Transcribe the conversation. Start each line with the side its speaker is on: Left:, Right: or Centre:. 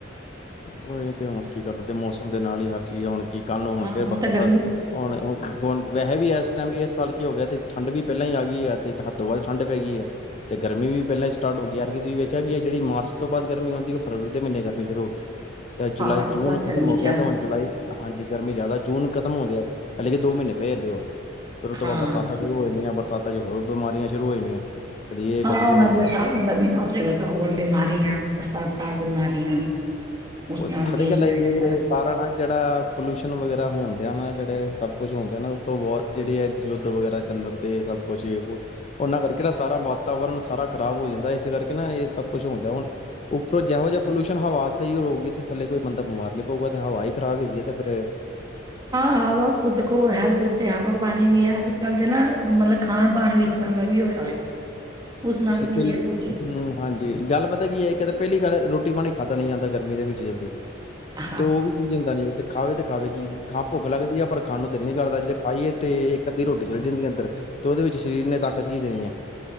Left: ਉਹ ਇਹ ਤੇ ਹੁਣ ਕੀ ਕਰ ਸਕਦੇ ਮੌਸਮ ਦੇ ਨਾਲ ਹੀ ਹਰ ਚੀਜ਼ ਏ ਹੁਣ ਕਿ ਕੀ ਕੱਲ ਨੂੰ ਹੁਣ
Right: ਹਾਂ
Left: ਫੇਰ <unintelligible>
Right: ਤਾਂ ਗਰਮੀ
Left: ਵੈਸੇ ਵੀ ਇਸ ਟਾਈਮ ਇਸ ਸਾਲ ਕੀ ਹੋ ਗਿਆ ਏ ਤੇ ਠੰਢ ਵੀ ਪਹਿਲਾਂ ਹੀ ਆ ਗਈ ਏ ਤੇ ਹੱਦੋ ਵੱਧ ਠੰਡ ਪੈ ਗਈ ਏ ਤੇ ਗਰਮੀ ਵੀ ਪਹਿਲਾਂ ਹੀ ਸਾਰਟ ਹੋ ਗਈ ਯਾਰ ਕਿ ਤੁਸੀ ਵੇਖਿਆ ਕਿ ਜਿਹੜੀ ਮਾਰਚ ਤੋਂ ਬਾਅਦ ਗਰਮੀ ਆਉਂਦੀ ਏ ਫਰਵਰੀ ਦੇ ਮਹੀਨੇ ਗਰਮੀ ਸ਼ੁਰੂ ਹੋ ਗਈ ਤੇ ਜੁਲਾਈ
Right: ਹਾਂ ਇਸ
Left: ਜੂਨ
Right: ਵਾਰ
Left: ਖ਼ਤਮ
Right: ਗਰਮੀ
Left: ਹੋ ਗਿਆ
Right: ਜ਼ਿਆਦਾ
Left: ਤੇ ਹੁਣ ਜੁਲਾਈ ਹਾਂਜੀ ਗਰਮੀ ਜ਼ਿਆਦਾ ਜੂਨ ਖਤਮ ਹੁੰਦੇ ਆ ਹੈ ਹਲੇ ਕਿ ਦੋ ਮਹੀਨੇ ਪਏ ਹੱਲੇ ਹੋਰ ਫੇਰ ਉਸ ਤੋਂ
Right: ਹਾਂ
Left: ਬਾਅਦ ਬਰਸਾਤਾਂ ਸ਼ੁਰੂ ਹੋ ਜਾਣੀਆਂ ਬਰ ਸਾਂਤਾ ਚ ਹੋਰ ਬਿਮਾਰੀਆਂ ਸ਼ੁਰੂ ਹੋ ਜਾਣੀਆਂ ਕਦੀ ਇਹ
Right: ਹਾਂ
Left: ਕਦੀ
Right: ਹੁਣ
Left: ਉਹ
Right: ਅਗਲੇ ਸਾਬਣ ਦਾ ਮਹੀਨਾ ਹੋ ਜਾਏਗਾ ਤਾਂ ਹੋਰ ਬਿਮਾਰੀਆਂ ਬਰਸਾਤਾਂ ਬਿਮਾਰੀਆਂ ਉਸ
Left: ਪਤਾ
Right: ਨਾਲ ਵੀ
Left: ਕਿ
Right: ਇਹੀ
Left: ਗਲ ਏ
Right: ਹੋ ਜਾਤਾ
Left: ਇਹ
Right: ਹੈ
Left: ਸਾਰਾ ਨਾ ਜਿਹੜਾ ਪੋਲਿਊਸ਼ਨ ਵਗੈਰਾ ਹੋਣ ਦਿਆ ਨਾ ਜਿਹੜੇ ਸਭ ਕੁਛ ਹੋਣ ਦਿਆ ਨਾ ਉਤੋਂ ਵੋਰ ਜਿਹੜੀ ਏ ਯੁੱਧ ਵਗੈਰਾ ਚੱਲ ਣ ਤੇ ਸਭ ਕੁਛ ਇਹ ਬੋ ਉਹਨਾਂ ਕਰਕੇ ਨਾ ਸਾਰਾ ਵਾਤਾਵਰਨ ਸਾਰਾ ਖਰਾਬ ਹੋ ਜਾਂਦਾ ਏ ਇਸੇ ਕਰਕੇ ਨਾ ਇਹ ਸਭ ਕੁਛ ਹੁੰਦਾ ਹੁਣ ਉਪਰੋਂ ਜਿਹੋ ਜਿਹਾ ਪੋਲਿਊਸ਼ਨ ਹਵਾ ਸਹੀ ਰਹੁਗੀ ਤੇ ਥੱਲੇ ਕੋਈ ਬੰਦਾ ਬਿਮਾਰ ਨੀ ਪਊਗਾ ਤੇ ਹਵਾ ਹੀ ਖਰਾਬ ਹੈਗੀ ਤੇ ਫੇਰ
Right: ਹਾਂ ਹਵਾ ਦੇਖੋ ਹੈਲਥ ਵਾਸਤੇ ਹਵਾ ਪਾਣੀ ਵੀ ਹੈ ਅੱਜ ਕੱਲ ਦੇ ਨਾ ਮਤਲਬ ਖਾਣ ਪਾਣ ਵੀ ਇਸ ਤਰ੍ਹਾਂ ਦਾ ਵੀ ਹੋਇਆ ਹੋਇਆ ਉਸ ਨਾਲ
Left: ਤੁਸੀਂ
Right: ਵੀ
Left: ਪਹਿਲੀ
Right: ਹੈ ਕੁਛ
Left: ਹੂੰ ਹਾਂਜੀ ਗੱਲ ਪਤਾ ਕੀ ਏ ਇਕ ਤੇ ਪਹਿਲੀ ਗੱਲ ਰੋਟੀ ਰੋਟੀ ਪਾਣੀ ਖਾਧਾ ਨੀ ਜਾਂਦਾ ਗਰਮੀ ਦੇ ਵਿੱਚ ਜਲਦੀ
Right: <inaudible>
Left: ਤੇ ਉਹ ਵੀ ਚੀਜ਼ ਹੁੰਦਾ ਨੀ ਤੇ ਖਾਵੇ ਤੇ ਖਾਵੇ ਕਿ ਖਾਂ ਭੁੱਖ ਲੱਗਦੀ ਏ ਪਰ ਖਾਣ ਨੂੰ ਦਿਲ ਨੀ ਕਰਦਾ ਜੇ ਖਾਈਏ ਤੇ ਇੱਕ ਅੱਧੀ ਰੋਟੀ ਚਲੇ ਜਾਂਦੀ ਏ ਅੰਦਰ ਤੇ ਉਹਦੇ ਵਿੱਚ ਸਰੀਰ ਨੇ ਤਾਕਤ ਕੀ ਦੇਣੀ ਏ